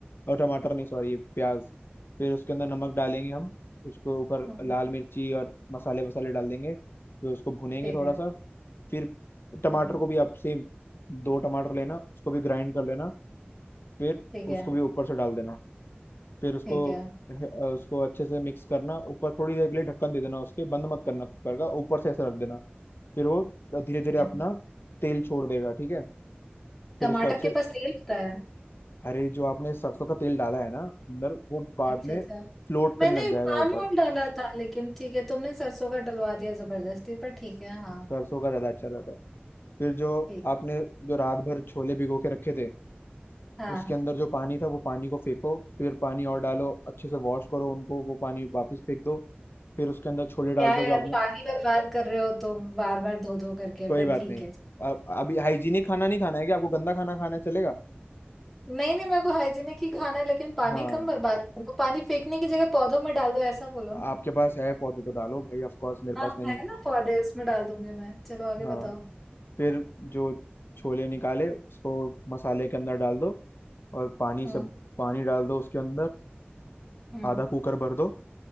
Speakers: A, on the left; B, in the centre.
A: और टमाटर नहीं सॉरी प्याज फिर उसके अंदर नमक डालेंगे हम उसको ऊपर
B: हम्म,
A: लाल मिर्ची और मसाले वसाले डाल देंगे फिर उसको भुनेंगे
B: ठीक
A: थोड़ा
B: है
A: सा फिर टमाटर
B: हम्म,
A: को भी आप सेम दो टमाटर लेना उसको भी ग्राइंड कर लेना फिर
B: ठीक है
A: उसको भी ऊपर से डाल देना फिर उसको
B: ठीक है ठीक
A: उसको अच्छे से मिक्स करना ऊपर थोड़ी देर के लिए ढक्कन दे देना उसके बंद मत करना कुकर का ऊपर से ऐसे रख देना फिर वो धीरे धीरे
B: है।
A: अपना तेल छोड़ देगा ठीक है
B: टमाटर
A: फिर उसको अच्छे
B: के पास तेल होता है
A: अरे जो आपने सरसों का तेल डाला है ना अंदर वो बाद
B: अच्छा
A: में
B: अच्छा
A: फ्लोट करने
B: मैंने
A: लग जाएगा
B: पाम
A: ऊपर
B: ऑयल डाला था लेकिन ठीक है तुमने सरसों का डलवा दिया जबरदस्ती पर ठीक है हाँ
A: सरसों का ज्यादा अच्छा रहता है फिर जो
B: ठीक
A: आपने जो रात भर छोले भिगो के रखे थे
B: हाँ
A: उसके अंदर जो पानी था वो पानी को फेंको फिर पानी और डालो अच्छे से वॉश करो उनको वो पानी वापस फेंक दो फिर उसके अंदर छोले डाल
B: क्या
A: दो
B: यार
A: जो आपने
B: पानी बर्बाद कर रहे हो तुम बार बार धो धो करके
A: कोई
B: पर
A: बात
B: ठीक
A: नहीं
B: है
A: अब अभी हाइजीनिक खाना नहीं खाना है क्या आपको गंदा खाना खाना है, चलेगा
B: नहीं नहीं मेरे को हाइजीनिक ही खाना है लेकिन पानी
A: हाँ
B: कम बर्बाद करो तो पानी फेंकने की जगह पौधों में डाल दो ऐसा बोलो ना
A: आपके पास है पौधे तो डालो भाई ऑफ कोर्स मेरे
B: हाँ
A: पास नहीं
B: है
A: है
B: ना पौधे उसमें डाल दूंगी मैं चलो आगे
A: हाँ
B: बताओ
A: फिर जो छोले निकाले उसको मसाले के अंदर डाल दो और पानी
B: हम्म
A: सब पानी डाल दो उसके अंदर
B: हम्म
A: आधा कुकर भर दो